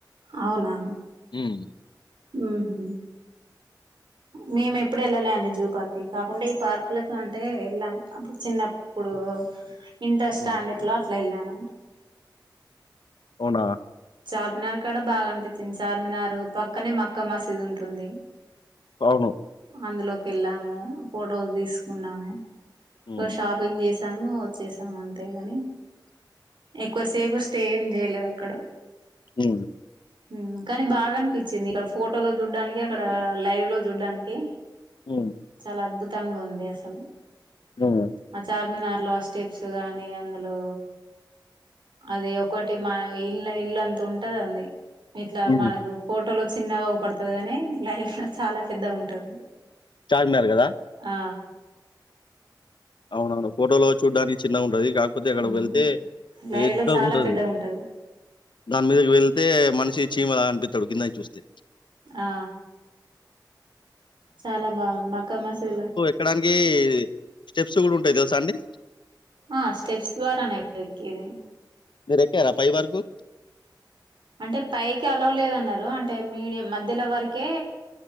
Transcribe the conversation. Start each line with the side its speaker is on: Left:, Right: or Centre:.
Right: అవునా
Left: హ్మ్.
Right: ఉహ్ మేము ఎప్పుడు వెళ్ళలే అండి జూపార్క్ కి కాకుంటే ఈ పార్క్లకి అంటే వెళ్ళాం అప్పుడు చిన్నపు ప్పుడు ఇంటర్ స్టాండర్డ్లో
Left: హ్మ్.
Right: అట్లా ఎళ్ళాను.
Left: అవునా
Right: చార్మినార్ కాడా బాగా అనిపిచ్చింది, చార్మినార్ పక్కనే మక్కా మసీదు ఉంటుంది.
Left: అవును
Right: అందులోకి వెళ్ళాము, ఫొటోస్ తీసుకున్నాము.
Left: హ్మ్.
Right: ఒక షాప్ పింగ్ చేసాము వచ్చేసాము అంతే గాని ఎక్కువసేపు స్టే ఏం జేయలేదక్కడ
Left: ఉ
Right: ఉమ్ము కాని బాగా అన్పిచ్చింది ఇక్కడ ఫోటో లో జూడ్డానికి అక్కడ లైవ్ లో జూడ్డానికి
Left: ఓమ్
Right: చాలా అద్భుతంగుంది అసలు
Left: <unintelligible>
Right: ఆ చార్మినార్ లో ఆ స్టెప్సు గాని అందులో అది ఒకటి మ ఇల్ళ ఇల్లంత ఉంటదదండి ఇట్లా
Left: హ్మ్.
Right: మనకు ఫోటోలో చిన్నగా ఊపడుతది గాని లైఫ్ లో చాలా పెద్దగా ఉంటది
Left: చార్మినార్ గదా
Right: ఆ
Left: అవునవును ఫోటోలో చూడ్డానికి చిన్నగా ఉంటది కాక్పోతే అక్కడికి
Right: మ్
Left: వెళ్తే పేద్దగుంటాదది
Right: లైవ్ లో చాలా పెద్దగా ఉంటది
Left: దాన్ మీదకి వెళ్తే మనిషి చీమలాగ అన్పిత్తడు కిందాయ్ చూస్తే
Right: ఆ చాలా బాగుంద్ మక్కా మసీద్ లో
Left: ఏక్కడాన్కి స్టెప్స్ గుడూంటాయ్ దెల్సా అండి
Right: ఆ స్టెప్స్ ద్వారా నే ఎక్కేది
Left: మీరేక్యార పైవరుకు
Right: అంటే పైకి అలోలేదన్నారు అంటే మీడియం మధ్యలో వరకే